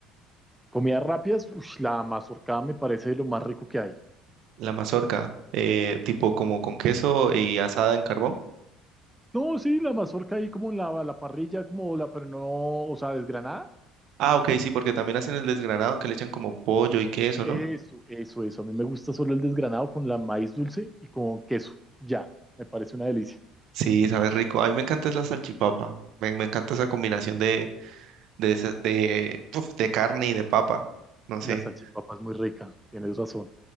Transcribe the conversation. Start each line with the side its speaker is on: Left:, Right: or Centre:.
Centre: Comidas rápidas, ush, la mazorca me parece lo más rico que hay.
Right: La mazorca, eh, tipo como con queso y asada en carbón.
Centre: No, sí, la mazorca ahí como en la, la parrilla, como la, pero no, o sea, desgranada.
Right: Ah, ok, sí, porque también hacen el desgranado que le echan como pollo y queso,
Centre: Eso,
Right: ¿no?
Centre: eso, eso. A mí me gusta solo el desgranado con la maíz dulce y con queso. Ya, me parece una delicia.
Right: Sí, sabe rico. A mí me encanta es la salchipapa. Me, me encanta esa combinación de, de, esa- de, uf, de carne y de papa. No sé.
Centre: La salchipapa es muy rica, tienes razón.